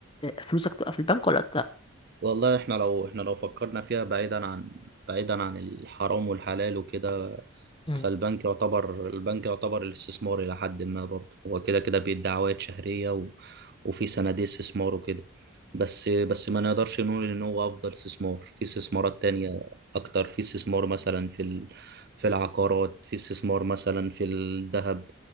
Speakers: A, on the left (about 25°); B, on the right (about 45°).
A: فلوسك تبقى في البنك ولا
B: والله احنا لو احنا لو فكرنا فيها بعيدا عن بعيدا عن الحرام والحلال وكده
A: ت...
B: فالبنك يعتبر البنك يعتبر الاستثمار إلى حد ما برضه هو كده كده بيدي عوائد شهرية و... وفي صناديق استثمار وكده بس بس ما نقدرش نقول إن هو أفضل استثمار في استثمارات تانية أكتر في استثمار مثلا في ال... في العقارات في استثمار مثلا في الذهب